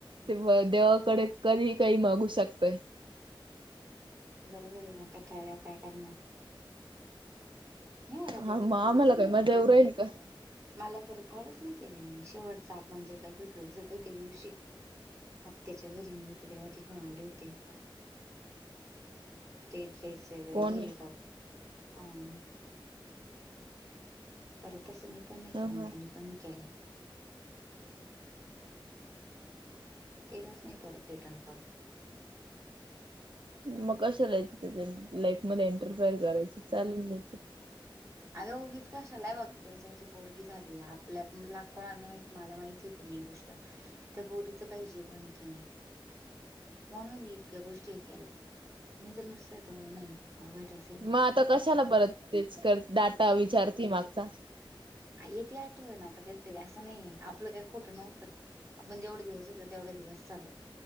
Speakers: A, on the right; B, on the right.
A: तेव्हा देवाकडे कधी काही मागू शकतयं. -
B: बरोबर मग कटाळ्यावर काय करणार नाही मला
A: हा
B: त्याचं
A: मग
B: कळलंच
A: आम्हाला
B: नही
A: काय मजा येऊ राहील का
B: मला परत कॉलच नाही केला यानी शेवटचा आपण जे काही भेटलो असेल पहि त्या दिवशी आत्याच्या घरी मि होते तेव्हा तिथून आले होते ते ड्रेस वैगरे
A: कोणी
B: घ्यायला <unintelligible> तू आणि मी परतच अस मी पण नाही
A: ह
B: केलं
A: ह
B: त्यांनी पण नाही केलं केलाच नाही परत रिटर्न कॉल
A: मग कसं जायचं त्याच्या लाईफ मध्ये एंटरफायर करायचं चालून द्यायचं
B: आग उघीच कशालाय हे बघ तेज्याची पोरगी झाली आपल्या लाख कोणाला नाही माहिती मला माहिती तीन ही गोष्ट त्या पोरीचं काही जीवन हे कि नही म्हणून मी इतक्या गोष्टी हे केल्या नहीतर नुसत तो नाही मला भैटायच
A: मग आता कशाला परत तेच कर डाटा विचारते मागचा
B: येती आठवन आता कधीतरी असं नाही आपलं काही खोटं नव्हतं आपण जेवढे दिवस होतो तेवढा दिवस <unintelligible>